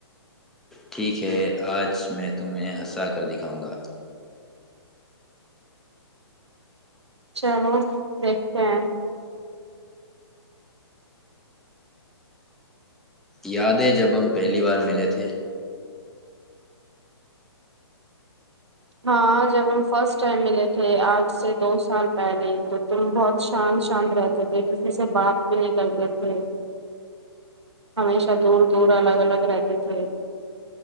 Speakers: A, in the centre; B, on the right.
A: ٹھیک ہے آج میں تمہیں ہنسا کر دکھاؤں گا
B: چلو دیکھتے ہیں
A: یادیں جب ہم پہلی بار ملے تھے
B: ہاں جب فرسٹ ٹائم ملے تھے آج سے دو سال پہلے <unintelligible> بہت شان شانت رہتا <unintelligible> تھے کسی سے بات بھی نہیں کرتے تھے ہمیشہ دور دور الگ الگ رہتے تھے